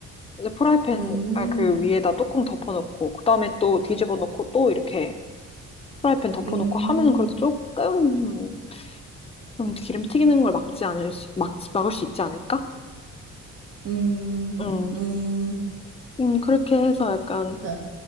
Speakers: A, on the left; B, on the right.
A: 이제 프라이팬
B: 음,
A: 아, 그 위에다 뚜껑 덮어놓고 그다음에 또 뒤집어 놓고 또 이렇게 프라이팬 덮어놓고
B: 음,
A: 하면은 그래도 조금 좀 기름 튀기는 걸 막지 않을 수, 막, 막을 수 있지 않을까?
B: 음,
A: 음,
B: 음,
A: 음 그렇게 해서 약간
B: 아,